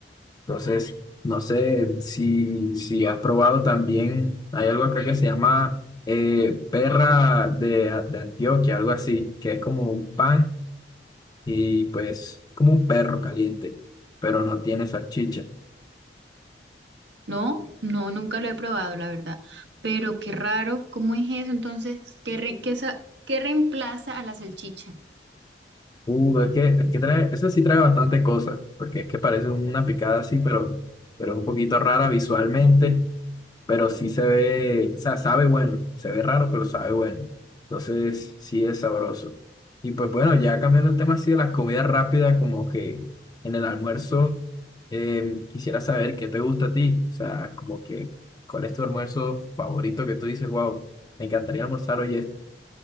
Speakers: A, on the left; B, on the right.
A: Entonces, no sé si, si has probado también, hay algo acá que se llama eh, perra de, de Antioquia, algo así, que es como un pan y pues como un perro caliente, pero no tiene salchicha.
B: No, no, nunca lo he probado, la verdad. Pero qué raro, ¿cómo es eso? Entonces, ¿qué, re- qué, sa- qué reemplaza a la salchicha?
A: Uh, es que, es que trae, eso sí trae bastante cosas, porque es que parece una picada así, pero, pero es un poquito rara visualmente, pero sí se ve, o sea, sabe bueno, se ve raro, pero sabe bueno. Entonces, sí es sabroso. Y pues bueno, ya cambiando el tema así de las comidas rápidas, como que en el almuerzo, eh, quisiera saber qué te gusta a ti, o sea, como que, ¿cuál es tu almuerzo favorito que tú dices, wow, me encantaría almorzar hoy